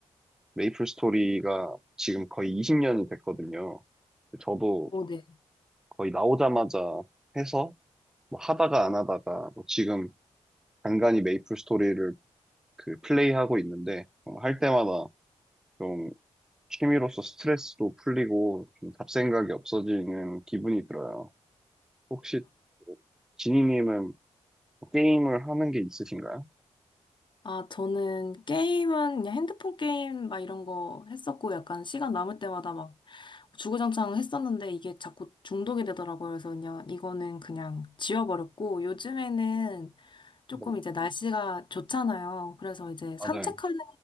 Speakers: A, in the centre; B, on the left.
A: 메이플 스토리가 지금 거의 20년이 됐거든요. 저도
B: 오, 네.
A: 거의 나오자마자 해서 뭐 하다가 안 하다가 뭐 지금 간간히 메이플 스토리를 그 플레이하고 있는데 어, 할 때마다 좀 취미로서 스트레스도 풀리고 좀 잡생각이 없어지는 기분이 들어요. 혹시 지니님은 게임을 하는 게 있으신가요?
B: 아, 저는 게임은 그냥 핸드폰 게임 막 이런 거 했었고, 약간 시간 남을 때마다 막 주구장창 했었는데 이게 자꾸 중독이 되더라고요. 그래서 그냥 이거는 그냥 지워버렸고, 요즘에는 조금
A: 네,
B: 이제 날씨가 좋잖아요. 그래서 이제
A: 맞아요.
B: 산책하는,